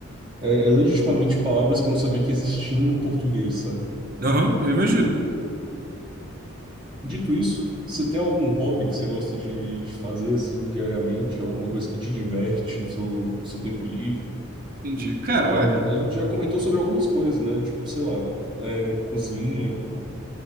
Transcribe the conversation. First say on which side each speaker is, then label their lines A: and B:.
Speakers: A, on the right; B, on the right.
A: é, é legitimamente palavras que eu não sabia que existiam no português, sabe?
B: Aham, eu imagino.
A: Dito isso, você tem algum hobby que você gosta de de fazer assim diariamente? Alguma coisa que te diverte no seu, no seu tempo livre?
B: Entendi. Cara,
A: É,
B: olha,
A: a gente já comentou sobre algumas coisas, né? Tipo, sei lá, é, cozinha